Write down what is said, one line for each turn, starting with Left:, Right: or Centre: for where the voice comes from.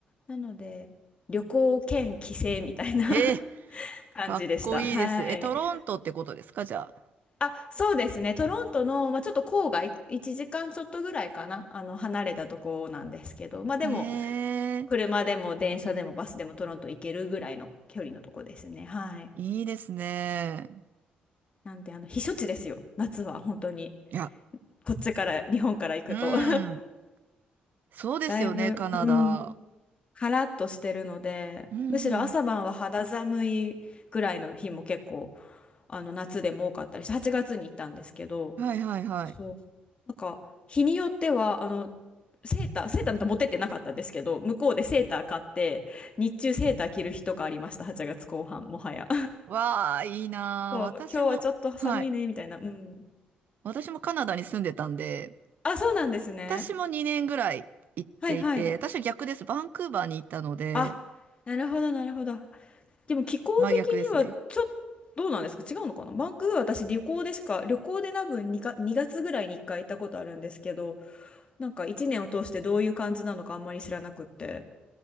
Left: なので旅行兼帰省みたいな
Right: ー <laughs> えー、
Left: <laughs> 感じでした。
Right: かっこいいです。
Left: はい。
Right: え、トロントってことですかじゃあ。
Left: あ、そうですね。トロントの、まあ、ちょっと郊外、1時間ちょっとぐらいかな、あの、離れたとこなんですけど、まあでも、
Right: えー、
Left: 車でも電車でもバスでもトロント行けるぐらいの距離のとこですね。はい。
Right: いいですね。
Left: なんで、あの、避暑地ですよ。夏は本当に。
Right: いや、
Left: こっちから、日本から行くと
Right: うん。
Left: <laughs>。
Right: そうですよね、
Left: だいぶ、
Right: カナダ。
Left: うん、カラッとしてるので、
Right: うんうん。
Left: むしろ朝晩は肌寒いぐらいの日も結構、あの、夏でも多かったりして、8月に行ったんですけど、
Right: はいはいはい。
Left: そう。なんか、日によっては、あの、セーター、セーターなんて持ってってなかったんですけど、向こうでセーター買って、日中セーター着る日とかありました、8月後半、もはや。
Right: わあ、いいなあ。
Left: そう、
Right: 私も、
Left: 今日はちょっと寒いね、
Right: はい。
Left: みたいな。うん。
Right: 私もカナダに住んでたんで、
Left: あ、そうなんですね。
Right: 私も2年ぐらい行っていて、
Left: はいはい。
Right: 私は逆です。バンクーバーに行ったので、
Left: あ、なるほど、なるほど。でも気候的にはちょっと、
Right: 真逆ですね。
Left: どうなんですか違うのかなバンクーバー私旅行でしか、旅行で多分にか、2月ぐらいに1回行ったことあるんですけど、なんか1年を通してどういう感じなのかあんまり知らなくって。